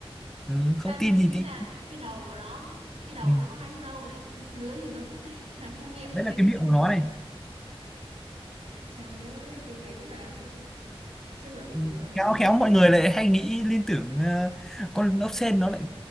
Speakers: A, in the centre; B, on the right.
A: ừ, không
B: tại vì
A: tin
B: mình
A: thì
B: nghĩ
A: tin
B: là cái đầu của nó cái đầu
A: ừ.
B: của nó có hai cái râu này xong dưới dưới thì nó có thể <laughs> là cái miệng ở
A: đấy
B: ngay
A: là cái miệng
B: dưới
A: của nó này
B: trời ơi câu này đúng là không trước giờ mình
A: Ừ,
B: hiểu hiểu
A: khéo
B: nhỉ.
A: khéo mọi người lại hay nghĩ liên tưởng ờ, con ốc sên nó lại